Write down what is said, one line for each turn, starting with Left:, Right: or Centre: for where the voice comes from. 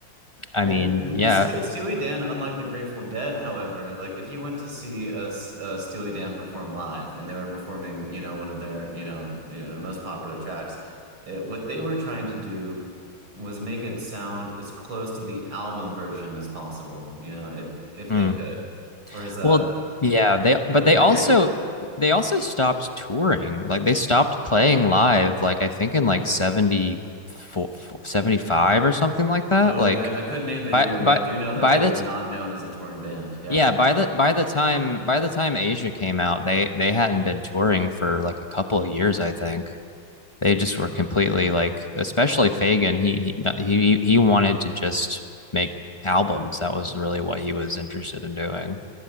Left: I
Right: And
Left: mean,
Right: and
Left: yeah.
Right: Ste- Steely Dan, unlike the Grateful Dead, however, like if you went to see a, S- a Steely Dan perform live, and they were performing, you know, one of their, you know, you know, most popular tracks, it, what they were trying to do was make it sound as close to the album version as possible, you know, it, if
Left: mm.
Right: they could. Whereas uh,
Left: Well, yeah, they
Right: the
Left: but they
Right: the
Left: also
Right: Grateful,
Left: they also stopped touring. Like they stopped playing live like I think in like 74 seventy-five or something like that.
Right: totally,
Left: Like
Right: I, I couldn't name the
Left: by
Right: year, but
Left: by
Right: I do know that
Left: by
Right: they
Left: the
Right: were
Left: t-
Right: not known as a touring band. Yeah.
Left: yeah, by the by the time by the time Asia came out, they they hadn't been touring for like a couple of years, I think. They just were completely like especially Fagan, he he he he wanted to just make albums. That was really what he was interested in doing.